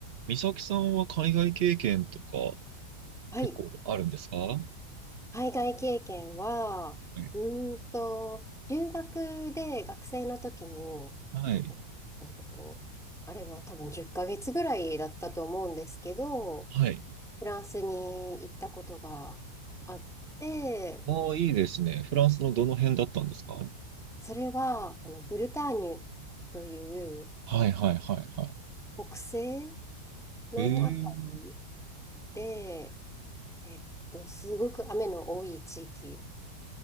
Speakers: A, on the right; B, in the centre.
A: 美咲さんは海外経験とか
B: はい。
A: 結構あるんですかは
B: 海外経験は、
A: い。
B: うーんと、留学で学生の時に、
A: はい。
B: えっと、あれは多分10ヶ月ぐらいだったと思うんですけど、
A: はい。
B: フランスに行ったことがあって、
A: ああ、いいですね。フランスのどの辺だったんですか
B: それは、あの、ブルターニュという
A: はいはいはいはい。
B: 北西のあたり
A: ええ
B: で、えっと、すごく雨の多い地域